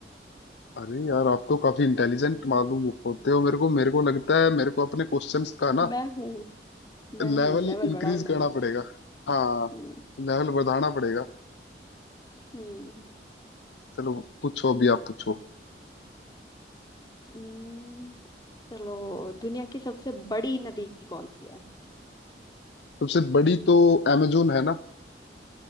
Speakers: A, on the left; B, on the left.
A: अरे यार आप तो काफी इंटेलिजेंट मालूम होते हो मेरे को मेरे को लगता है मेरे को अपने क्वेश्चंस का ना
B: मैं हूँ मैं
A: लेवल
B: हूँ लेवल
A: इंक्रीज
B: बढ़ाओ लेवल
A: करना पड़ेगा हाँ
B: हम्म
A: लेवल बढ़ाना पड़ेगा
B: हम्म
A: चलो पूछो अभी आप पूछो
B: हम्म, चलो दुनिया की सबसे बड़ी नदी कौन सी है
A: सबसे बड़ी तो अमेजोन है ना